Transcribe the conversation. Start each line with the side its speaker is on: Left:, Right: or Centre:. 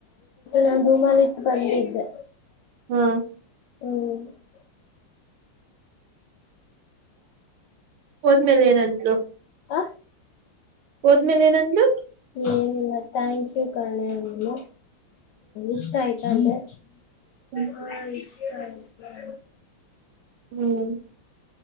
Left: ನಾನು ರೂಮ್ ಅಲ್ಲಿ ಇಟ್ಟು ಬಂದಿದ್ದೆ
Right: ಹ್ಮ್
Left: ಹ್ಮ
Right: ಹೋದ್ಮೇಲೆ ಹೇಳೋಣ ಬಿಡು
Left: ಆ
Right: ಹೋದ್ಮೇಲೆ ಏನಂದ್ಲು
Left: ಏನಿಲ್ಲ ಥ್ಯಾಂಕ್ ಯು ಕಣೆ ಅಂದೇ ಇಷ್ಟ ಆಯ್ತ ಅಂದೇ
Right: ಹ್ಮ್
Left: ಹಾ ಇಷ್ಟ ಆಯ
Right: ಹ್ಮ್